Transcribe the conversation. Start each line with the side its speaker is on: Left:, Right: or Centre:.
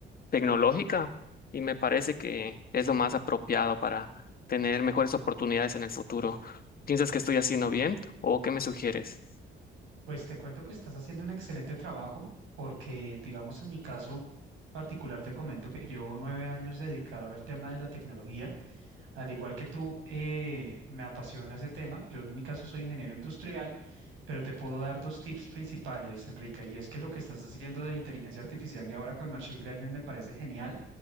Left: tecnológica, y me parece que es lo más apropiado para tener mejores oportunidades en el futuro. ¿Piensas que estoy haciendo bien o qué me sugieres?
Right: Pues te cuento que estás haciendo un excelente trabajo porque, digamos, en mi caso particular te comento que llevo nueve años dedicado al tema de la tecnología. Al igual que tú, eh, me apasiona ese tema. Yo en mi caso soy ingeniero industrial, pero te puedo dar dos tips principales, Enrique, y es que lo que estás haciendo de inteligencia artificial y ahora con Machine Learning me parece genial